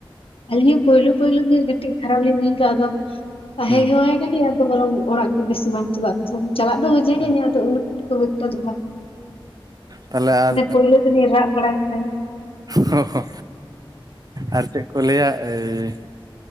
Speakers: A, on the left; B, on the right.
A: ᱟᱹᱞᱤᱧ ᱦᱚᱸ ᱯᱟᱹᱭᱞᱟᱹ ᱯᱟᱹᱭᱞᱟᱹ ᱜᱮ ᱠᱟᱹᱴᱤᱡ ᱠᱷᱟᱨᱟᱯ ᱞᱤᱧ ᱵᱩᱡᱽᱫᱟ ᱟᱫᱚ᱾ ᱛᱟᱦᱮᱸ
B: ᱦᱩᱸ
A: ᱦᱚᱣᱟᱭ ᱱᱟᱞᱤᱧ ᱟᱫᱚ ᱵᱚᱨᱚᱝ ᱚᱲᱟᱜ ᱜᱮ ᱵᱮᱥᱤ ᱵᱟᱝ ᱪᱟᱞᱟᱜ ᱵᱩᱡᱷᱟᱹᱣ᱾ ᱪᱟᱞᱟᱜ ᱫᱚ ᱵᱩᱡᱷᱟᱹᱣ
B: ᱦᱮᱸ
A: ᱞᱤᱧᱟ ᱟᱫᱚ ᱩᱱᱟᱹᱜ ᱠᱷᱩᱵᱠ ᱮᱠᱴᱟ ᱫᱚ ᱵᱟᱝ᱾
B: ᱛᱟᱦᱚᱞᱮ ᱟᱨ
A: ᱢᱟᱱᱮ ᱯᱟᱹᱭᱞᱟᱹ ᱫᱤᱱᱤᱧ ᱨᱟᱜ ᱵᱟᱲᱟᱭᱮᱫ ᱛᱟᱦᱮᱸᱫ᱾
B: ᱦᱚ ᱦᱚ ᱟᱨ ᱪᱮᱜ ᱠᱚ ᱞᱟᱹᱭᱟ ᱮᱭ?